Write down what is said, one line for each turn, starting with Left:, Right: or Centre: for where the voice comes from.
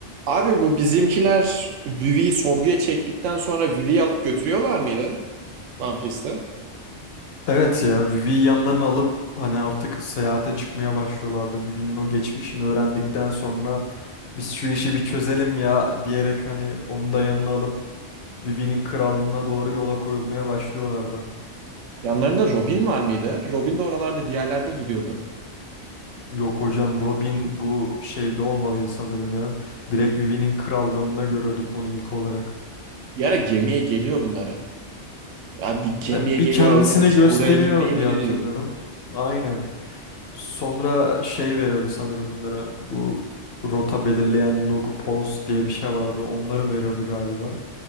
Right: Abi bu bizimkiler Vivi'yi sorguya çektikten sonra Vivi'yi alıp götürüyorlar mıydı One Piece'te?
Left: Evet ya Vivi'yi yanlarına alıp hani artık seyahate çıkmaya başlıyorlardı. Vivi'nin o geçmişini öğrendikten sonra biz şu işi bir çözelim ya diyerek hani onu da yanına alıp Vivi'nin krallığına doğru yola koyulmaya başlıyorlardı.
Right: Yanlarında Robin var mıydı? Robin de oralarda bir yerlerde gidiyordu.
Left: Yok hocam Robin bu şeyde olmalıydı sanırım ya. Direkt Vivi'nin krallığında görüyorduk bunu ilk olarak.
Right: Bir ara gemiye geliyor bunların. Ya bir gemiye
Left: Ha, Bir
Right: geliyor
Left: kendisini
Right: işte
Left: gösteriyor
Right: oraya gitmeyin
Left: diye
Right: mi ne
Left: hatırlıyorum.
Right: diyordu.
Left: Aynen. Sonra şey veriyordu sanırım bunlara bu rota belirleyen logo pose diye bir şey vardı. Onları veriyordu galiba.